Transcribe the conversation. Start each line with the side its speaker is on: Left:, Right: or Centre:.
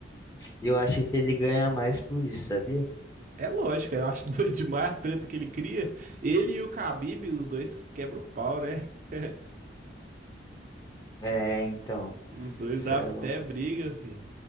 Left: Eu acho que ele ganha mais por isso, sabia?
Right: É lógico, eu acho <laughs> doido demais a treta que ele cria. Ele e o Khabib, os dois quebram o pau, né? <laughs>
Left: É, então,
Right: Os dois
Left: sério.
Right: dá até briga, fi.